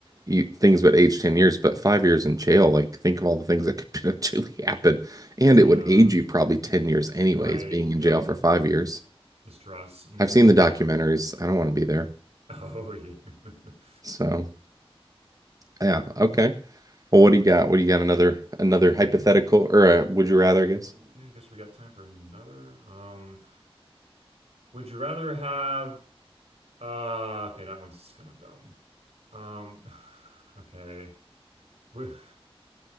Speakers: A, on the right; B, on the right.
A: you things would age 10 years, but five years in jail, like think of all the things that could <laughs> potentially happen. And
B: yeah.
A: it would age you probably 10 years anyways,
B: Right.
A: being in
B: Yep.
A: jail for five years.
B: The stress. hmm
A: I've seen the documentaries. I don't want to be there.
B: Oh, yeah. <laughs>
A: So yeah, okay. Well, what do you got? What do you got? Another another
B: Okay.
A: hypothetical or a would you rather, I guess?
B: Yeah, I guess we got time for another. Um, would you rather have uh okay, that one's kind of dumb. Um, <laughs> <sighs> okay. Would-